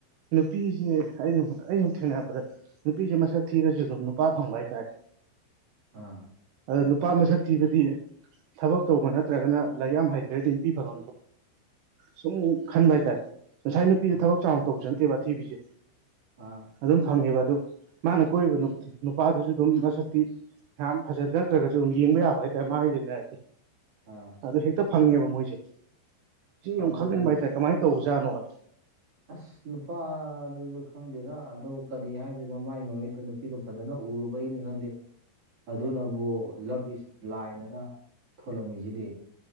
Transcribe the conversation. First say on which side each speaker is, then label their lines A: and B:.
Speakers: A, on the right; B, on the right.
A: ꯅꯨꯄꯤꯁꯦ ꯑꯩꯩꯅ ꯑꯩ ꯑꯁꯨꯝ ꯊꯦꯡꯅꯔꯛꯄꯗ ꯅꯨꯄꯤꯁꯦ ꯃꯁꯛ ꯊꯤꯔꯁꯨ ꯑꯗꯨꯝ ꯅꯨꯄꯥ ꯐꯪꯕ ꯍꯥꯏꯇꯥꯔꯦ
B: ꯑꯥ
A: ꯑꯗ ꯅꯨꯄꯥ ꯃꯁꯛ ꯊꯤꯕꯗꯤ ꯊꯕꯛ ꯇꯧꯕ ꯅꯠꯇ꯭ꯔꯒꯅ ꯂꯥꯏꯔꯤꯛ ꯌꯥꯝ ꯍꯩ ꯔꯗꯤ ꯅꯨꯄꯤ ꯐꯕ ꯁꯨꯝ ꯈꯟꯕ ꯍꯥꯏꯇꯥꯔꯦ ꯉꯁꯥꯏ ꯅꯨꯄꯤꯗ
B: ꯑꯥ
A: ꯊꯕꯛ ꯆꯥꯎꯅ ꯇꯧꯕꯁꯨ ꯅꯠꯇꯦꯕ ꯊꯤꯕꯤꯁꯦ
B: ꯑꯥ
A: ꯑꯗꯨꯝ ꯐꯪꯉꯦꯕ ꯑꯗꯨ ꯃꯥꯅ ꯀꯣꯏꯔꯤꯕ ꯅꯨꯄꯥꯗꯨꯁꯨ ꯑꯗꯨꯝ ꯃꯁꯛꯇꯤ ꯌꯥꯝ ꯐꯖꯅ ꯅꯠꯇ꯭ꯔꯒꯁꯨ ꯑꯗꯨ ꯌꯦꯡꯕ ꯌꯥꯕ ꯍꯥꯏꯇꯥꯔꯦ ꯃꯥꯒ ꯌꯦꯡꯅꯔꯗꯤ
B: ꯑꯥ
A: ꯑꯗꯨ ꯍꯦꯛꯇ ꯐꯪꯉꯦꯕ ꯃꯣꯏꯁꯦ ꯁꯤ
B: ꯐꯪꯕꯅꯦ
A: ꯌꯥꯝ ꯈꯪꯅꯤꯡꯕ ꯍꯥꯏꯇꯥꯔꯦ ꯀꯃꯥꯏꯅ ꯇꯧꯕꯖꯥꯠꯅꯣꯅ
B: ꯑꯁ ꯅꯨꯄꯥꯗꯨꯁꯨ ꯈꯪꯗꯦꯗ ꯑꯗꯨ ꯀꯔꯤ ꯍꯥꯏꯗꯣꯏꯅꯣ ꯃꯥꯏ ꯃꯃꯤꯠꯇ ꯅꯨꯄꯤꯗꯣ ꯐꯖꯅꯣ ꯎꯔꯨꯕꯩꯅꯤ ꯈꯪꯗꯦ ꯑꯗꯨꯅꯕꯨ ꯂꯞ ꯏꯁ ꯕ꯭ꯂꯥꯏꯟ ꯑꯅ ꯊꯣꯂꯝꯃꯤꯁꯤꯗꯤ